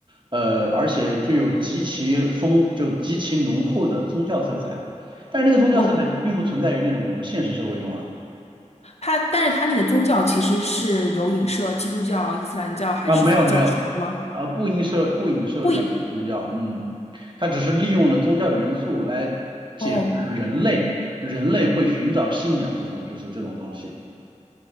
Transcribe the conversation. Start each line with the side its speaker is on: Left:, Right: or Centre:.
Right: 呃，而且具有极其丰，就极其浓厚的宗教色彩。但是那个宗教色彩并不存在于那种我们现实社会中啊。
Left: 我我它，但是它那个宗教其实是有影射基督教、伊斯兰教还是佛教什么的吗？
Right: 啊，没有没有。啊，不影射不影射任何宗教，
Left: 不一，
Right: 嗯，它只是利用了宗教元素来解释人类人类会寻找信仰这种就是这种东西，
Left: 哦，